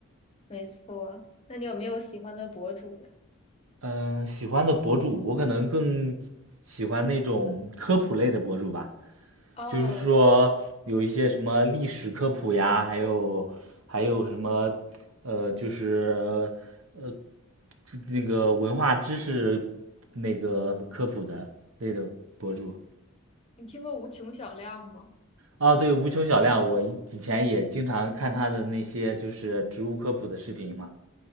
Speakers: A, on the left; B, on the right.
A: 没错。那你有没有喜欢的博主呀？
B: 嗯，喜欢的博主我可能更喜欢那种科普类的博主吧，
A: 哦。
B: 就是说有一些什么历史科普呀，还有还有什么呃，就是呃那个文化知识那个科普的类的博主。
A: 你听过无穷小亮吗？
B: 啊，对，无穷小亮，我以以前也经常看他的那些就是植物科普的视频嘛。